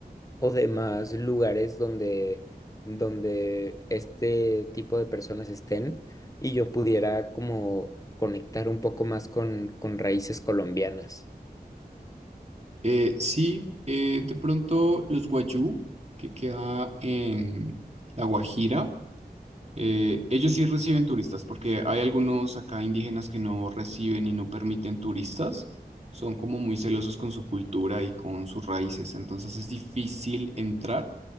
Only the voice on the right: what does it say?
Eh, sí, eh, de pronto los Guayú, que queda en La Guajira, eh, ellos sí reciben turistas, porque hay algunos acá indígenas que no reciben y no permiten turistas. Son como muy celosos con su cultura y con sus raíces, entonces es difícil entrar.